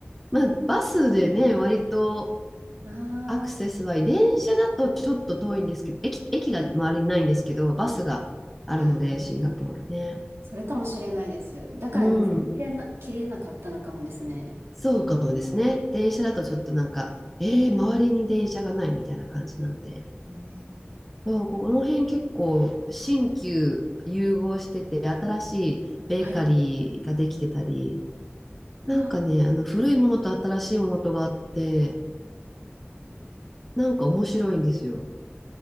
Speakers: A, in the centre; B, on the right.
A: まあ、
B: <laughs>
A: バスでね、割と
B: ああ、
A: アクセスはいい。電車だとちょっと遠いんですけど、駅、駅が周りにないんですけど、バスがあるので、
B: あ、それ、
A: シンガポールね。
B: それかもしれないです。だから見つけれな、
A: うん。
B: 切れなかったのかもですね。
A: そうかもですね。電車だとちょっとなんか、えー、周りに電車がないみたいな感じなので、
B: えー
A: そうここの辺結構新旧融合してて、新しいベーカリーができてたり、
B: はい。
A: なんかね、
B: わ
A: あの古いものと新しいものとがあって、なんか面白いんですよ。